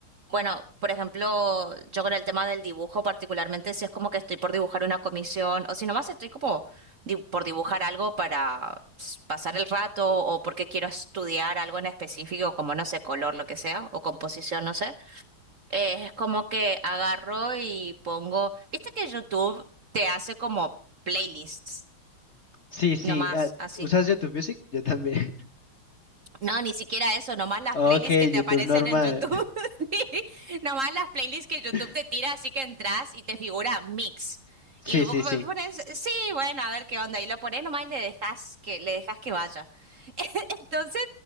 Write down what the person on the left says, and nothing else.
Sí, sí,
ah,
¿usas YouTube Music? Yo también. <laughs>
Ok,
YouTube
normal.
<laughs>
Sí,
sí,
sí.